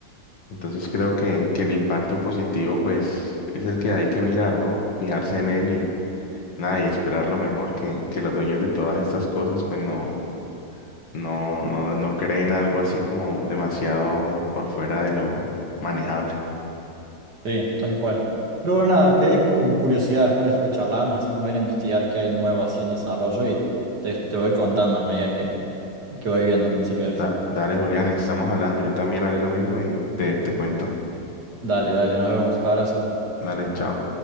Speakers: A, on the left; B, on the right.
A: Entonces creo que, que el impacto positivo pues es el que hay que mirar, ¿no? Fijarse en él Nada, y esperar lo mejor que, que los dueños de todas estas cosas pues no, no, no, no creen algo así como demasiado por fuera de lo manejable.
B: Sí, tal cual. Pero bueno, nada, quedé con curiosidad después de esto que charlábamos, así como ir a investigar qué hay nuevo así en desarrollo y te, te voy contando a medida que, que voy viendo, si querés.
A: Da- dale, Julián, estamos hablando. Yo también haré lo mismo y te, te cuento.
B: Dale, dale, nos vemos. Abrazo.
A: Dale, chao.